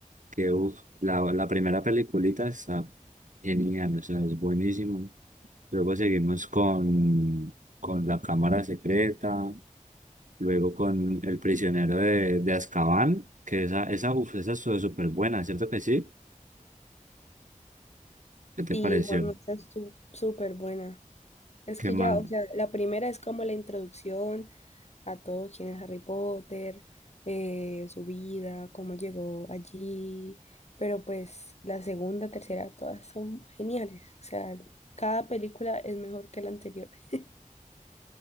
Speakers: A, on the right; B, on the left.
A: que uf, la, la primera peliculita está genial, o sea, es buenísimo. Luego seguimos con, con la cámara secreta, luego con el prisionero de, de Azkaban, que esa, esa, uf, esa estuvo súper buena, ¿cierto que sí? ¿Qué te
B: Sí,
A: pareció?
B: Juanjo, esa es su- súper buena. Es
A: Qué
B: que
A: mal,
B: ya, o sea, la primera es como la introducción a todo quién es Harry Potter, eh, su vida, cómo llegó allí, pero pues la segunda, tercera, todas son geniales, o sea, cada película es mejor que la anterior. <laughs>